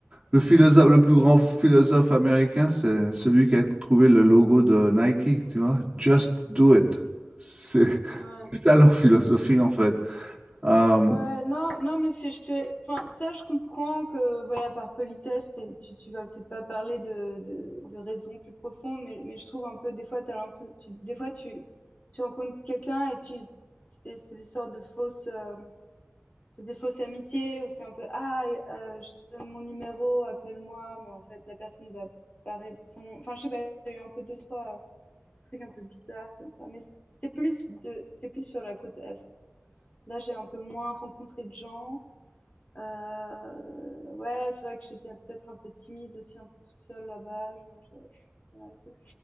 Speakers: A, on the right (about 25°); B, on the left (about 35°).
A: le philosophe, le plus grand philosophe américain, c'est celui qui a trouvé le logo de Nike, tu vois, Just do it. C'est <laughs>
B: ouais.
A: c'est ça leur philosophie en fait. Euh,
B: Ouais, non, non, mais si je te, enfin, ça, je comprends que, voilà, par politesse, t'es- tu, tu vas peut-être pas parler de, de, de raisons plus profondes, mais, mais je trouve un peu, des fois, t'as l'impression, tu, des fois, tu, tu rencontres quelqu'un et tu, c'est des, c'est des sortes de fausses, euh, c'est des fausses amitiés où c'est un peu, ah, euh, je te donne mon numéro, appelle-moi, mais en fait, la personne va pas répondre. Enfin, je sais pas, il y a eu un peu deux, trois euh, trucs un peu bizarres comme ça, mais c'était plus de, c'était plus sur la côte Est. Là, j'ai un peu moins rencontré de gens. Heu, ouais, c'est vrai que j'étais peut-être un peu timide aussi, un peu toute seule là-bas, je je je vais arrêter.